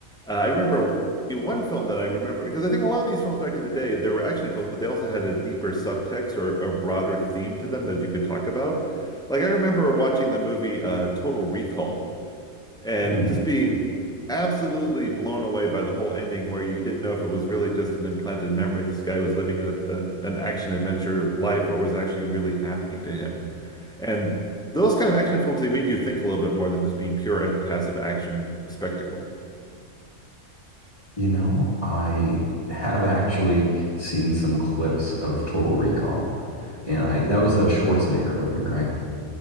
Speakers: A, in the centre; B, on the left.
A: Uh, I remember in one film that I remember because I think a lot of these films back in the day, there were action films, but they also had a deeper subtext or a broader theme to them that you could talk about. Like I remember watching the movie uh, Total Recall and
B: Hmm.
A: just being absolutely blown away by the whole ending where you didn't know if it was really just an implanted memory. This guy was living a, an, an action adventure life or was actually really happening to him. And those kind of action films, they made you think a little bit more than just being pure passive action spectacle.
B: You know, I have actually seen some clips of Total Recall, and I that was a Schwarzenegger movie, right?